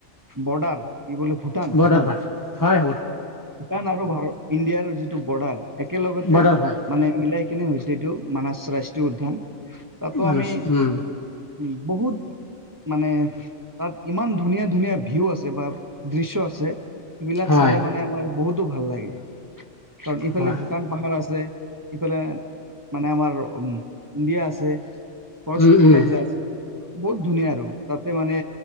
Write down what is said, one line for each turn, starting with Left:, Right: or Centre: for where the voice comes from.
Right: বৰ্ডাৰ কি? বুলিলে ভূটান-
Left: বৰ্ডাৰ
Right: ভূটান।
Left: হয় হয়
Right: ভূটান আৰু ভাৰত ইণ্ডিয়া যিটো বৰ্ডাৰ একেলগতে
Left: বৰ্ডাৰ হয়
Right: মানে মিলাই কেনে হৈছে। এইটো মানাস ৰাষ্ট্ৰীয় উদ্যান। তাতো
Left: মানস
Right: আমি উ
Left: উম
Right: বহুত মানে তাত ইমান ধুনীয়া ধুনীয়া ভিউ আছে বা দৃশ্য আছে। সেইবিলাক
Left: হয়
Right: চালে মানে আমাৰ বহুতো ভাল লাগে। কাৰণ ইফালে
Left: হয়
Right: ভূটান পাহাৰ আছে। ইফালে মানে আমাৰ উ'ম ইণ্ডিয়া আছে। ফৰেষ্ট
Left: উম
Right: বিলাক
Left: উম
Right: যে আছে। বহুত ধুনীয়া আৰু তাত। মানে